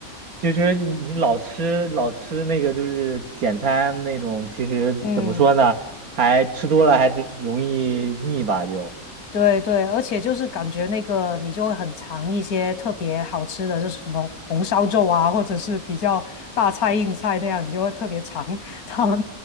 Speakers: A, on the right (about 75°); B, on the left (about 85°).
A: 其实你你老吃老吃那个就是简餐那种，其实怎么说呢，
B: 嗯，
A: 还吃多了还是容易腻吧就。
B: 对对，而且就是感觉那个你就会很尝一些特别好吃的，就是什么红烧肉啊，或者是比较大菜硬菜那样，你就会特别尝。<laughs> 他们